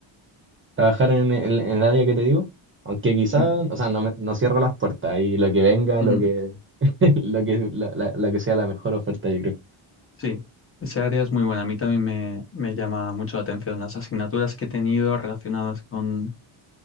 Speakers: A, on the right; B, on the left.
A: trabajar en, el en el área que te digo. Aunque quizás,
B: sí.
A: o sea, no, me- no cierro las puertas y lo que venga,
B: Ujú.
A: lo que, <laughs> lo que, la, la- la que sea la mejor oferta, yo creo.
B: Sí, esa área es muy buena. A mí también me, me llama mucho la atención. Las asignaturas que he tenido relacionadas con,